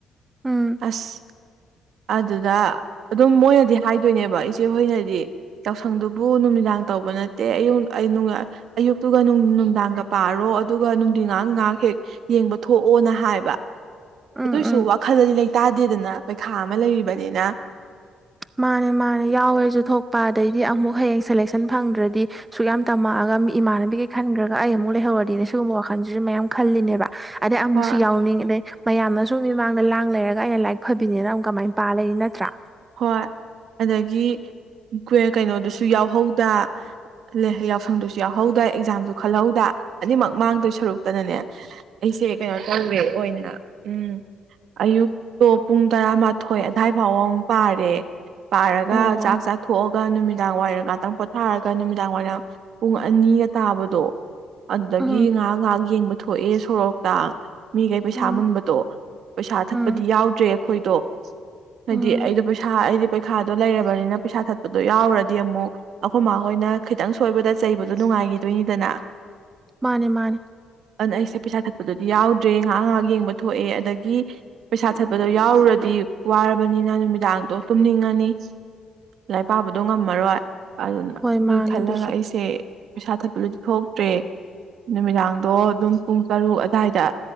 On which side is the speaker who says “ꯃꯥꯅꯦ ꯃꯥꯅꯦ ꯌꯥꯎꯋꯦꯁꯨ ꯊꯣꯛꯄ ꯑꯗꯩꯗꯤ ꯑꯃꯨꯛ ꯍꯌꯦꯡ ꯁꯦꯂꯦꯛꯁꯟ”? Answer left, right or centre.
Right